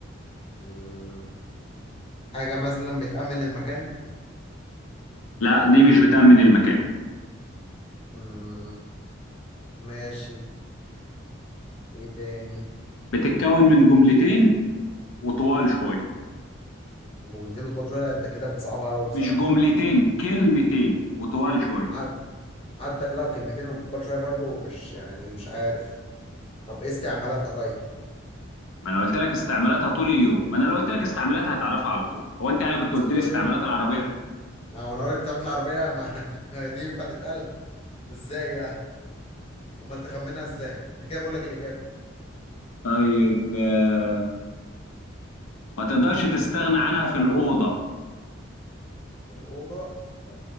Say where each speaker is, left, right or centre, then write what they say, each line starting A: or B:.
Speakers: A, on the left; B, on the left.
A: مم. حاجة مثلا بتأمن المكان
B: لا دي مش بتأمن المكان
A: مم. ماشي إيه تاني؟
B: بتتكون من جملتين وطوال شوية
A: جملتين وطول شوية لا أنت كده بتصعبها أوي بصراحة
B: مش جملتين كلمتين وطوال شوية
A: حت... حتى لو كلمتين وكبار شوية برضو مش يعني مش عارف طب إيه استعمالاتها طيب؟
B: ما أنا قلت لك استعمالاتها طول اليوم ما أنا لو قلت لك استعمالاتها هتعرفها على طول هو أنت يعني كنت
A: بس
B: قلت
A: طول
B: لي استعمالات
A: اليوم
B: العربية
A: اه وانا اقول لك بتعمل العربيه ما <laughs> ما دي ينفع تتقال ازاي يعني امال تخمنها ازاي انا كده بقول لك الاجابه
B: طيب آه، ما تقدرش تستغنى عنها في الأوضة
A: في الاوضه في,